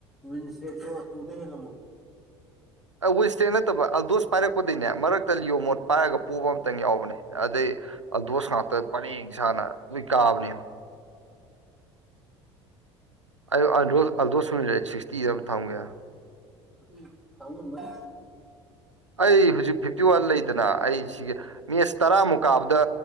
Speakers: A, in the centre; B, on the right.
A: ꯋꯁꯛꯇ ꯇꯨꯗ ꯍꯦꯜꯂꯝꯃꯣ
B: ꯋꯤꯟꯁꯇꯦꯛ ꯅꯠꯇꯕ ꯑꯜꯗꯣꯁ ꯄꯥꯏꯔꯛꯄꯗꯩꯅꯦ ꯃꯔꯛꯇ ꯂꯤꯌꯣ ꯃꯣꯠ ꯄꯥꯏꯔꯒ ꯄꯨꯕ ꯑꯃꯇꯪ ꯌꯥꯎꯕꯅꯦ ꯑꯗꯩ ꯑꯗꯣꯁ ꯉꯥꯛꯇ ꯄꯔꯦꯡ ꯁꯥꯥꯅ ꯂꯏ ꯀꯥꯕꯅꯦ ꯑꯩ ꯑꯜꯗꯣꯁ ꯑꯜꯗꯣꯁ ꯁꯨꯅ ꯔꯦꯠ ꯁꯤꯛꯁꯇꯤꯗ ꯑꯃꯝ ꯊꯝꯒꯦ
A: ꯎꯝꯝ ꯊꯥꯎꯉꯝꯅꯤ
B: ꯑꯩ ꯍꯧꯖꯤꯛ ꯐꯤꯞꯇꯤ ꯋꯥꯟ ꯂꯩꯗꯅ ꯑꯩ ꯁꯤꯒꯤ ꯃꯤꯁ ꯇꯔꯥꯃꯨꯀꯥꯞꯗ